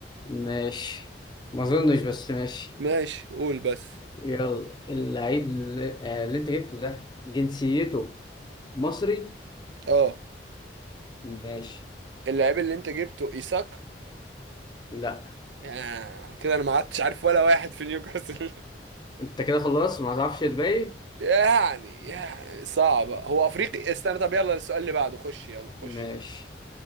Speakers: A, on the left; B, on the right.
A: ماشي ما اظنش بس ماشي
B: ماشي قول بس
A: يلا اللعيب اللي, آه، اللي انت جبته ده جنسيته مصري
B: اه
A: ماشي
B: اللاعب اللي انت جبته ايساك
A: لا
B: يعني كده انا ما عدتش عارف ولا واحد في نيوكاسل
A: انت كده خلصت ما تعرفش الباقي
B: <laughs> يعني يعني صعب هو افريقي استنى طب يلا السؤال اللي بعده خش يلا خش
A: ماشي